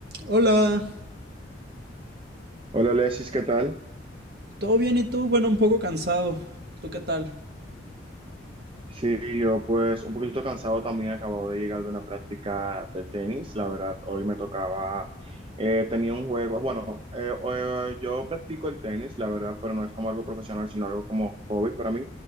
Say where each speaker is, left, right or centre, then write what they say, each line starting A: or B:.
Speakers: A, on the right; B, on the right.
A: Hola,
B: Hola, Alexis, ¿qué tal?
A: ¿todo bien y tú? Bueno, un poco cansado. ¿Tú qué tal?
B: Sí, yo pues un poquito cansado también, acabo de llegar de una práctica de tenis, la verdad, hoy me tocaba, eh, tenía un juego, bueno, eh, eh, yo practico el tenis, la verdad, pero no es como algo profesional, sino algo como hobby para mí.